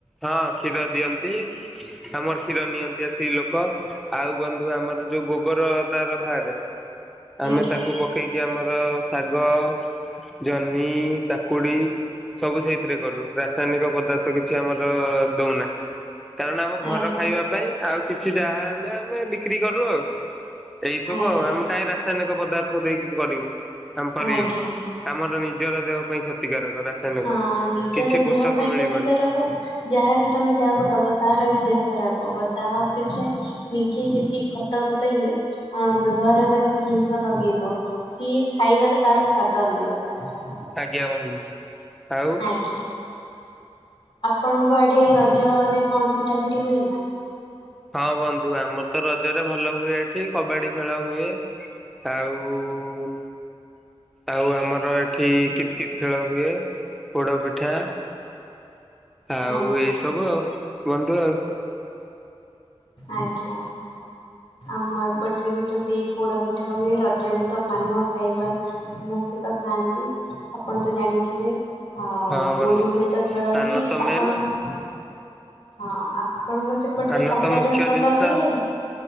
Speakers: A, in the centre; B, on the left (about 50°).
A: ହଁ କ୍ଷୀର ଦିଅନ୍ତି। ଆମର କ୍ଷୀର ନିଅନ୍ତି ଆସିକି ଲୋକ ଆଉ ବନ୍ଧୁ ଆମର ଯୋଉ ଗୋବର ତାର ବାହାରେ ଆମେ
B: ଆଜ୍ଞା
A: ତାକୁ ପକେଇକି ଆମର ଶାଗ ଜହ୍ନି କାକୁଡି ସବୁ ସେଇଥିରେ କରୁ ରାସାୟନିକ ପଦାର୍ଥ କିଛି ଆମର ଦଉନା। କାରଣ ଆମ ଘର
B: ଆଜ୍ଞା
A: ଖାଇବା ପାଇଁ ଆଉ କିଛି ଯାହା ହେଲେ ଆମେ ବିକ୍ରି କରୁ ଆଉ। ଏଇ ସବୁ
B: ଆଜ୍ଞା
A: ଆଉ ଆମେ କାହିଁ ରାସାୟନିକ ପଦାର୍ଥ ଦେଇକି କରିବୁ ଆମେ କରିବାକୁ।
B: ଆଜ୍ଞା
A: ଆମର ନିଜର ଦେହ ପାଇଁ କ୍ଷତିକାରକ ରାସାୟିନିକ
B: ହଁ ନିଜର
A: କିଛି ପୋଷକ
B: ଦେହ ପାଇଁ
A: ମିଳିବନି।
B: କ୍ଷତିକାରକ ଯାହାବି ତମେ ଯାହାକୁ ଦବ ତହାରବି ଦେହ ଖରାପ ହବ ତା ଅପେକ୍ଷା ନିଜେ ଯେତିକି ଖତ ପକେଇକି ବ୍ୟବହାର କରିକି ଜିନିଷ ଲଗେଇବ। ସିଏ ଖାଇବାରେ ତାର ସ୍ଵାଦ ଅଲଗା ପ୍ରକାରର।
A: ଆଜ୍ଞା ବନ୍ଧୁ। ଆଉ
B: ଆଜ୍ଞା। ଆପଣଙ୍କ ଆଡେ ରଜରେ କଣ ପିଠା ପିଠି ହୁଏକି?
A: ହଁ ବନ୍ଧୁ ଆମରତ ରଜରେ ଭଲ ହୁଏଏଠି କବାଡି ଖେଳହୁଏ। ତା ଉ। ଆଉ ଆମର ଏଠି କିତିକିତି ଖେଳ ହୁଏ ପୋଡପିଠା। ଆଉ
B: ଆଜ୍ଞା
A: ଏଇସବୁ ଆଉ ବନ୍ଧୁ ଆଉ।
B: ଆଜ୍ଞା। ଆମ ଏପଟରେବିତ ସେଇ ପୋଡ ପିଠାହୁଏ ରଜରେତ ପାନ ଖାଇବା ସମସ୍ତେତ ଖାଆନ୍ତି ଆପଣତ ଜାଣିଥିବେ? ଆଉ
A: ହଁ ବନ୍ଧୁ
B: ଦୋଳି ଫୋଳିତ ଖେଳନ୍ତି
A: ପାନ ତ ମେନ୍
B: ଆପଣଙ୍କ? ହଁ ଆପଣଙ୍କ ସେପଟରେ
A: ପାନ
B: ପଟାଦୋଳି
A: ତ ମୁଖ୍ୟ
B: ଲଗାହୁଏ।
A: ଜିନିଷ